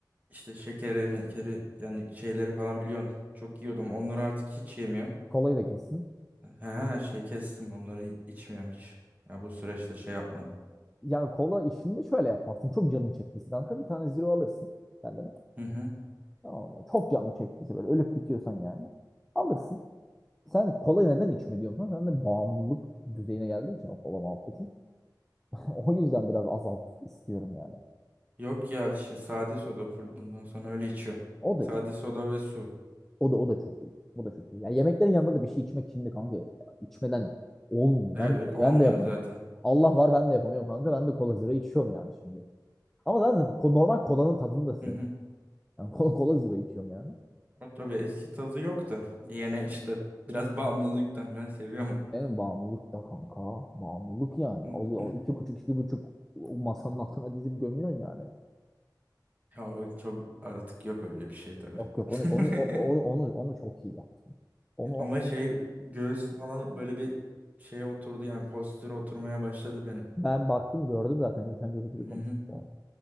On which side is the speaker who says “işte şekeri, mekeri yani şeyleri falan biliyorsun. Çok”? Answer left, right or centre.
Right